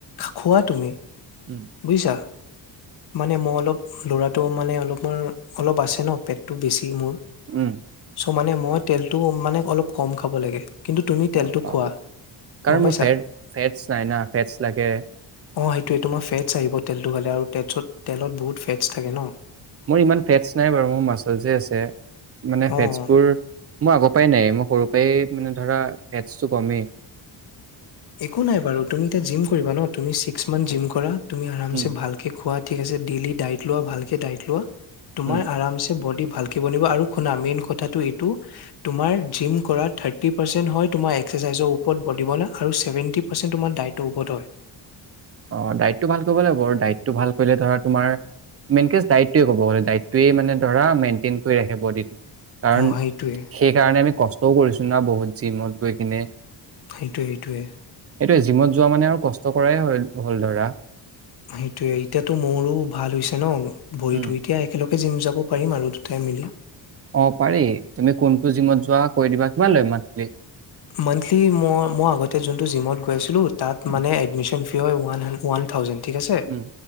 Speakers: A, on the left (about 55°); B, on the right (about 30°).
A: খোৱা তুমি?
B: উম।
A: বুজিছা? মানে মই অলপ ল'ৰাটো মানে অলপ মই অলপ আছে ন পেটটো বেছি মোৰ।
B: উম
A: চ' মানে মই তেলটো মানে অলপ কম খাব লাগে। কিন্তু তুমি তেলটো
B: অ অ
A: খোৱা,
B: কাৰণ
A: গম পাইছা?
B: মোৰ ফেৰ ফেটছ নাই না ফেটচ লাগে।
A: অ সেইটোৱে তোমাৰ ফেটছ আহিব তেলটো খালে আৰু তেছত তেলত বহুত ফেটছ থাকে ন
B: মোৰ ইমান ফেটছ নাই বাৰু মোৰ মাচলছে আছে মানে
A: অ'
B: ফেটছবোৰ মোৰ আগৰ পৰাই নাই। মোক সৰুৰ পৰাই মানে ধৰা ফেটছটো কমেই।
A: একো নাই বাৰু, তুমি এতিয়া জিম কৰিবা ন তুমি ছিক্স মান্থ জিম কৰা তুমি আৰাম
B: উম,
A: ছে ভালকে খোৱাাত ঠিক আছে ডেইলি ডাইট লোৱা, ভালকে ডাইট লোৱা। তোমাৰ
B: উম,
A: আৰামছে বডি ভালকে বনাবা আৰু শুনা মেইন কথাটো এইটো, তোমাৰ জিম কৰা ৰ্থাটি পাৰচেন হয় তোমাৰ একচেচাইজৰ ওপৰত। ওপৰত বডি বনাবলে আৰু ছেভেণ্টি পাৰ্চেণ্ট তোমাৰ দাইদ ওপত হয়।
B: অ দাইটটো ভাল কৰিব লাগিব আৰু ডাইটটো ভাল কৰিলে ধৰা তোমাৰ মেইনক ডটটোৱে কব গ'লে দইটোৱে মানে ধৰা মেইনটেইন কৰি ৰাখে বডিটো। কাৰণ
A: অ' সেইটোৱে,
B: সেইকাৰণে আমি কষ্ট। ত কৰিছো না বহুত জিমত গৈ কিনে-
A: সেইটো সেইটোৱে
B: এতিয়া জিমত যোৱা মানে আৰু কষ্ট কৰাই হ'ল। হল ধৰা
A: সেইটোয়ে এতিয়াতো মোৰো ভাল হৈছে ন! ভৰিটো
B: উম,
A: এতিয়া একেলগে জিম যাব পাৰিম আৰু দুটাই মিলি।
B: অ পাৰি তুমি কোনটো জিমত যোৱা কৈ দিবা, কিমান লৈ মান্থেলি?
A: মান্থেলি মই মই আগতে যোনটো জিমত গৈছিলোঁ তাত
B: উম,
A: মানে এডমিচন বিও ওৱান হান্দেট, ওৱান থাউজেণ্ড ঠিক আছে।
B: উম।